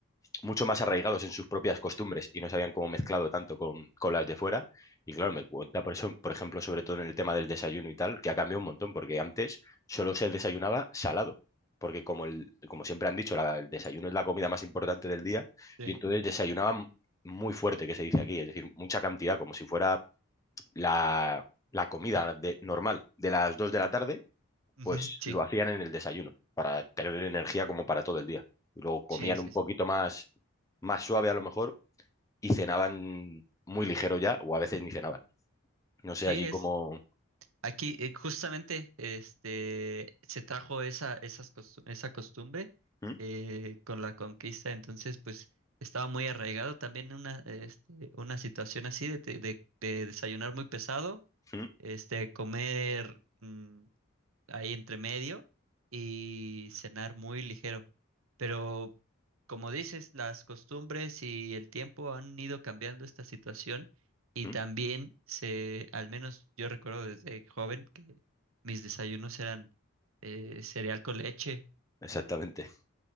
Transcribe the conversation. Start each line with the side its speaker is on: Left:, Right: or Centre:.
Left: mucho más arraigados en sus propias costumbres y no se habían como mezclado tanto con, con las de fuera. Y claro, me cuenta por eso, por ejemplo, sobre todo en el tema del desayuno y tal, que ha cambiado un montón, porque antes solo se desayunaba salado, porque como, el, como siempre han dicho, la- el desayuno es la comida más importante del día,
Right: Sí.
Left: y entonces desayunaban muy fuerte, que se dice aquí, es decir, mucha cantidad, como si fuera la, la comida de- normal de las 2 de la tarde
Right: Ujú,
Left: pues
Right: Sí,
Left: lo hacían en el desayuno, para tener energía como para todo el día. Y luego comían
Right: sí, sí,
Left: un poquito
Right: sí.
Left: más, más suave a lo mejor y cenaban muy ligero ya, o a veces ni cenaban. No sé,
Right: Sí,
Left: allí
Right: es,
Left: como...
Right: Aquí eh, justamente este, se trajo esa, esas costu- esa costumbre
Left: ¿Mm?
Right: eh, con la conquista, entonces pues estaba muy arraigado también una, este, una situación así de, te- de- de desayunar muy pesado,
Left: ¿Mm?
Right: este, comer mm, ahí entre medio y cenar muy ligero. Pero como dices, las costumbres y el tiempo han ido cambiando esta situación y
Left: ¿Mm?
Right: también se, al menos yo recuerdo desde joven que mis desayunos eran eh, cereal con leche. <laughs>
Left: Exactamente.